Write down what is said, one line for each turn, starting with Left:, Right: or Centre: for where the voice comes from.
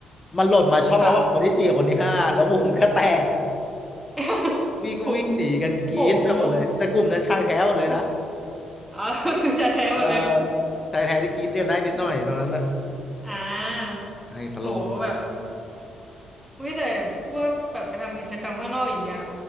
Left: มันหล่นมาช่องระหว่างคนที่สี่กับคนที่ห้าแล้ววงก็แตก
Centre: ค่ะ <laughs>
Left: พี่ก็วิ่งหนีกันกรี๊ดกันหมดเลยแต่กลุ่มนั้นชายแท้หมดเลยนะ
Centre: โอ้โหโอ้โหอ๋อ <laughs> ก็คือแชร์แท้หมดเลย
Left: เออชายแท้ที่กรี๊ดกันได้นิดหน่อยตอนนั้นอะ
Centre: อ่า
Left: ให้ตลกตลก
Centre: โหแบบ เว้ยแต่พวกแบบไปทำกิจกรรมข้างนอกอย่างเงี้ย